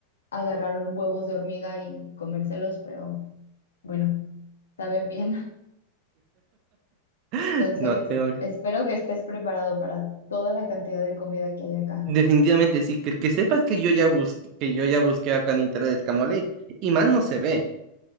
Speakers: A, on the left (about 65°); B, on the right (about 40°).
A: agarrar huevos de hormiga y comérselos, pero bueno, saben bien. <laughs>
B: <laughs>
A: Entonces,
B: No, tengo...
A: espero que estés preparado para toda la cantidad de comida que hay acá.
B: Definitivamente sí. Que, que sepas que yo ya busqué, que yo ya busqué acá en internet escamole. Y mal no se ve.